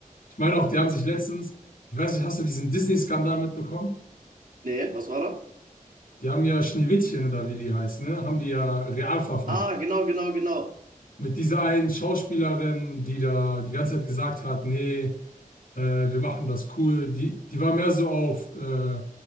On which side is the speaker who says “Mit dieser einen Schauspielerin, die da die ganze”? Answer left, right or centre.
Left